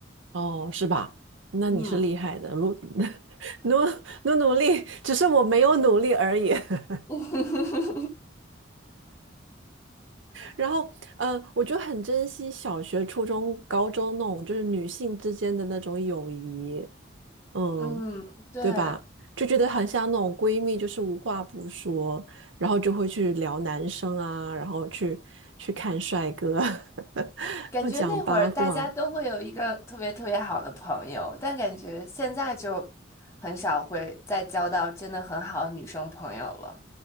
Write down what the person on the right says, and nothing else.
哦，是吧？那你是厉害的，
努 <laughs> 努努努力，只是我没有努力而已。<laughs>
然后，嗯、呃我就很珍惜小学、初中、高中那种就是女性之间的那种友谊，嗯，
对吧？就觉得很像那种闺蜜，就是无话不说，然后就会去聊男生啊，然后去去看帅哥，<laughs>
要讲八卦，